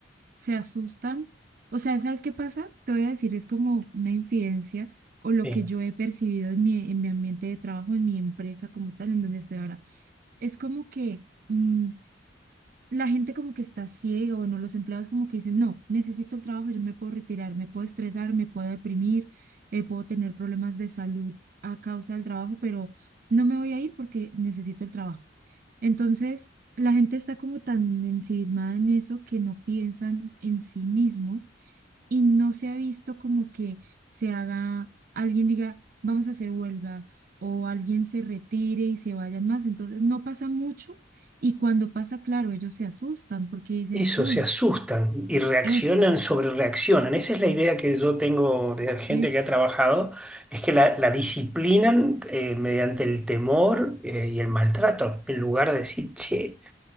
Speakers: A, on the right (about 50°); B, in the centre.
A: se asustan. O sea, ¿sabes qué pasa? Te voy a decir, es como una infidencia o lo
B: Eh,
A: que yo he percibido en mi, en mi ambiente de trabajo, en mi empresa como tal, en donde estoy ahora. Es como que... mm, la gente como que está ciega, bueno, los empleados como que dicen, no, necesito el trabajo, yo no me puedo retirar, me puedo estresar, me puedo deprimir, eh, puedo tener problemas de salud a causa del trabajo, pero no me voy a ir porque necesito el trabajo. Entonces, la gente está como tan ensimismada en eso que no piensan en sí mismos y no se ha visto como que se haga, alguien diga, vamos a hacer huelga o alguien se retire y se vayan más. Entonces, no pasa mucho y cuando pasa, claro, ellos se asustan porque dicen,
B: eso,
A: uy,
B: se asustan y reaccionan
A: eso,
B: sobre reaccionan. Esa es la idea que yo tengo de gente
A: eso.
B: que ha trabajado, es que la, la disciplinan eh, mediante el temor eh, y el maltrato, en lugar de decir, che.